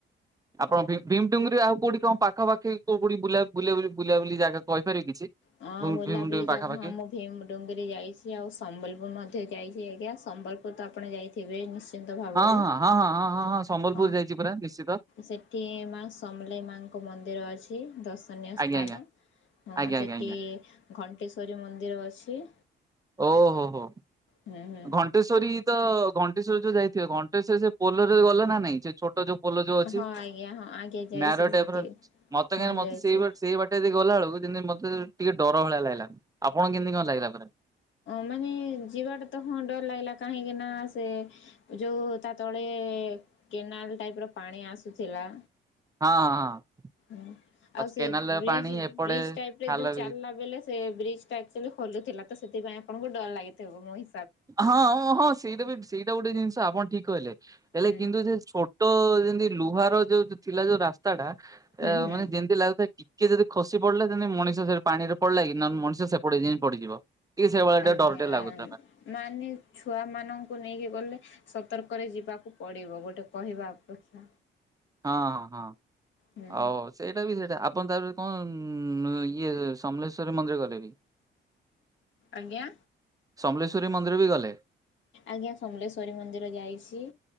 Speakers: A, on the right; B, on the left.
A: ଆପଣ ଭୀମଡୁଙ୍ଗରେ ଆଉ କଉଠି କଣ ପାଖାପଖି କଉ କଉଠି ବୁଲାବୁଲି ଜାଗା କହିପାରିବେ କିଛି?
B: ହଁ
A: ଭୀମଡୁଙ୍ଗି
B: ବୁଲାବୁଲି ଯାକ
A: ପାଖାପାଖି
B: ହଁ ମୁଁ ଭୀମଡୁଙ୍ଗିରିରେ ଯାଇଛି ଆଉ ସମ୍ବଲପୁର ମଧ୍ୟ ଯାଇଛି ଆଜ୍ଞା ସମ୍ବଲପୁର ତ ଆପଣ ଯାଇଥିବେ ନିଶ୍ଚି ନ୍ତ ଭାବରେ
A: ହଁ ହଁ ହଁ ହଁ ହଁ ହଁ ହଁ ସମ୍ବଲପୁର
B: ହ
A: ଯାଇଛି ପୁରା ନିଶ୍ଚିତ।
B: ସେଠି ମା ସମଲେଇ ମାଙ୍କ ମନ୍ଦିର ଅଛି ଦର୍ଶନୀୟ
A: ଆଜ୍ଞା
B: ସ୍ଥାନ
A: ଆଜ୍ଞା
B: ହ
A: ଆଜ୍ଞା ଆଜ୍ଞା ଆଜ୍ଞା
B: ଏ ଘଣ୍ଟେଶ୍ଵରୀ ମନ୍ଦିର ଅଛି।
A: ଓ ହୋ ହୋ
B: ହୁଁ ହୁଁ
A: ଘଣ୍ଟେଶ୍ଵରୀ ତ ଘ ଶ୍ୱରୀ ତ ଯାଇଥିବେ ଘଣ୍ଟେଶ୍ଵ ସେ ପୋଲରରେ ଗଲେ ନା ନାଇଁ? ଛୋଟ ଯୋଉ ପୋଲ ଯୋଉ ଅଛି
B: ହଁ ଆଜ୍ଞା ହଁ ଆଜ୍ଞା ଯାଇଛି
A: ନାରୋ
B: ସେଠି
A: ଟାଇପର ମତେ
B: ହଁ
A: କାହିଁକି ମତେ
B: ଯାଇଛି
A: ସେଇ ସେଇ ବାଟେ ଯ ଗଲା ବେଳକୁ ଯେମିତି ମତେ ଟିକେ ଡର ଭଳିଆ ଲାଗିଲା ଆପଣଙ୍କୁ କେମିତି କଣ ଲାଗିଲା ପରା?
B: ମାନେ ଯିବାଟା ତ ହଁ ଡର ଲାଗିଲା କାହିଁକି ନା ସେ ଯୋଉ ତା ତଳେ କେନାଲ ଟାଇପ ର ପାଣି ଆସୁଥିଲା।
A: ହଁଁ ହଁ ହଁ
B: ଆଉ ସେ
A: କେନାଲ
B: ବ୍ରିଜ
A: ପାଣି ଏପଟେ
B: ବ୍ରିଜ ଟାଇପରେ
A: ଖାଲ
B: ଯୋଉ ଚାଲିଲା
A: ବି
B: ବେଳେ ସେ ବ୍ରିଜଟା ଆକଚୋଲି ଖୋଲୁଥିଲା। ତ ସେଥିପାଇଁ ଆପଣଙ୍କୁ ଡର ଲାଗିଥିବ ମୁଇଁ।
A: ହଁ ହଁ ସେଇଟା ବି ସେଇଟା ଗୋଟେ ଜିନିଷ ଆପଣ ଠିକ କହିଲେ ହେଲେ
B: ହୁଁ
A: କିନ୍ତୁ ସେ ଛୋଟ ଯେମିତି ଲୁହାର ଯୋଉ ଥିଲା ଯୋଉ ରାସ୍ତାଟା
B: ହୁଁ
A: ଅ
B: ହୁଁ
A: ମାନେ ଯେମତି ଲାଗୁଥାଏ ଟିକେ ଯଦି ଖସି ପଡିଲା ଯେମିତି ମଣିଷ ସେ ପାଣି ରେ ପଡିଲା କି ନେ ମଣିଷ ସେପଟେ ପଡିଯିବ। ଟିକେ ସେଇ ଭଳିଟେ
B: ଆଜ୍ଞା
A: ଡର ଟେ ଲାଗୁଥିଲା।
B: ମାନେ ଛୁଆ ମାନଙ୍କୁ ନେଇକି ଗଲେ ସତର୍କରେ ଯିବାକୁ ପଡିବ ଗୋଟେ କହିବା ଅପେକ୍ଷା
A: ହଁ ହଁ ହଁ
B: ହୁଁ
A: ଆଉ ସେଇଟା ବି ସେଇଟା ଆପଣ ତା କଣ ଇଏ ସମଲେଶଵରୀ ମନ୍ଦିର ଗଲେ ବି
B: ଆଜ୍ଞା
A: ସମଲେଶ୍୍ୱରୀ ମନ୍ଦିର ବି ଗଲେ
B: ଆଜ୍ଞା ସମଲେଶ୍ଵରୀ ମନ୍ଦିର ଯାଇଛି।